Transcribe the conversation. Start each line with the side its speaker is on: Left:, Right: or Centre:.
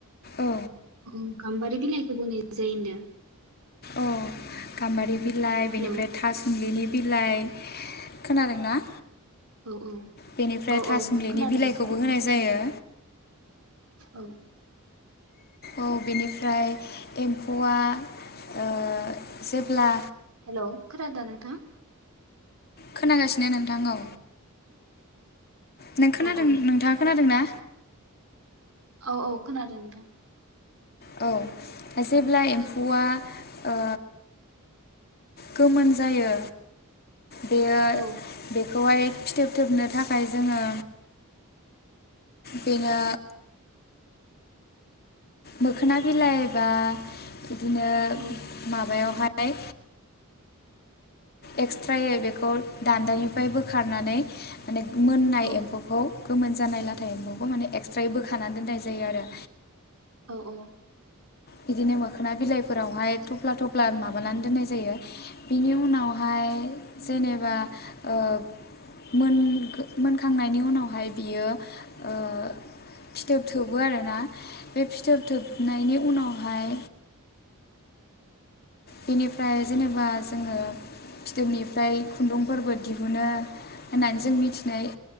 Left: औ
Right: औ गाम्बारि बिलाइखौबो होनाय जायो होनदों।
Left: अ गाम्बारि बिलाइ बेनिफ्राय
Right: हेलौ
Left: थासुमलिनि बिलाइ खोनादों ना?
Right: औ
Left: बेनिफ्राय
Right: औ
Left: थासुमलिनि
Right: औ खोनादों
Left: बिलाइखौबो
Right: नोंथां
Left: होनाय जायो।
Right: औ।
Left: औ बेनिफ्राय एम्फौआ ओ जेब्ला
Right: हेल' खोनादो नोंथां।
Left: खोनागासिनो नोंथां औ नों खोनादों
Right: औ औ
Left: नोंथाङा खोनादों ना।
Right: औ औ खोनादों नोंथां।
Left: औ जेब्ला एम्फौआ ओ गोमोन जायो बेयो
Right: औ
Left: बेखौहाय फिथोब थोबनो थाखाय जोङो बेनो मोखोना बिलाइ बा बिदिनो
Right: औ
Left: माबायावहाय एक्सट्रायै बेखौ दान्दानिफ्राय बोखारनानै माने मोननाय
Right: औ
Left: एम्फौखौ गोमोन जानाय लाथा एम्बखौ माने एक्सट्रायै बोखाना दोननाय जायो आरो
Right: औ औ।
Left: बिदिनो मोखोना बिलाइफोरावहाय थफ्ला थफ्ला माबानानै दोननाय जायो। बिनि उनावहाय जेनेबा ओ मोन मोनखांनायनि उनावहाय बियो ओ फिथोब थोबो आरोना बे फिथोब थोबनायनि उनावहाय बेनिफ्राय जेनेबा जोङो फिथोबनिफ्राय खुन्दुंफोरबो दिहुनो होननानै जों मिथिनाय